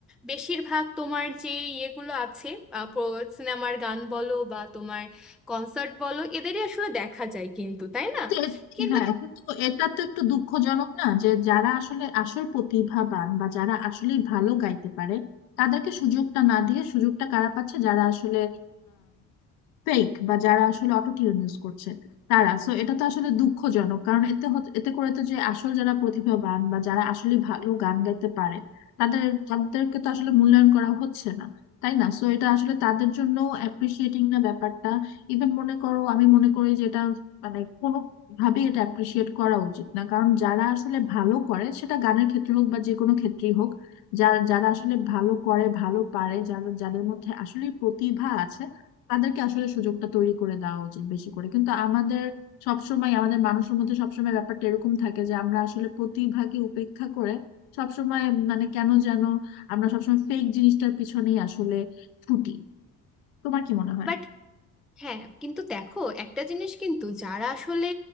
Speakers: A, in the centre; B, on the left.
A: বেশিরভাগ তোমার যে ইয়েগুলো আছে সিনেমার গান বলো বা তোমার কনসার্ট বলো এদেরই আসলে দেখা যায় কিন্তু তাই
B: কিন্তু
A: না
B: এ-
A: কিন্তু
B: হ্যাঁ কিন্তু এটা তো একটু দুঃখজনক না যে যারা আসলে আসল প্রতিভাবান বা যারা আসলেই ভালো গাইতে পারে তাদেরকে সুযোগটা না দিয়ে সুযোগটা কারা পাচ্ছে যারা আসলে ফেক বা যারা আসলে অটোটিউন ইউজ করছে তারা সো এটা তো আসলে দুঃখজনক কারণ এতে হত- এতে করে তো যে আসল যারা প্রতিভাবান বা যারা আসলে ভালো গান গাইতে পারে তাদের তাদেরকে তো আসলে মূল্যায়ন করা হচ্ছে না তাই না সো এটা আসলে তাদের জন্য অ্যাপ্রিসিয়েটিং না ব্যাপারটা ইভেন মনে করো আমি মনে করি যে এটা মানে কোনো ভাবে এটা অ্যাপ্রিসিয়েট করা উচিত না কারণ যারা আসলে ভালো করে সেটা গানের ক্ষেত্রে হোক বা যে কোনো ক্ষেত্রেই হোক যারা যারা আসলে ভালো করে ভালো পারে যারা যাদের মধ্যে আসলে প্রতিভা আছে তাদেরকে আসলে সুযোগটা তৈরি করে দেওয়া উচিত বেশি করে কিন্তু আমাদের সবসময় আমাদের মানুষের মধ্যে সবসময় ব্যাপারটা এরকম থাকে যে আমরা আসলে প্রতিভাকে উপেক্ষা করে সবসময় মানে কেন যেন আমরা সবসময় ফেক জিনিসটার পিছনেই আসলে ছুটি তোমার কি মনে হয়
A: বাট হ্যাঁ কিন্তু দেখো একটা জিনিস কিন্তু যারা আসলে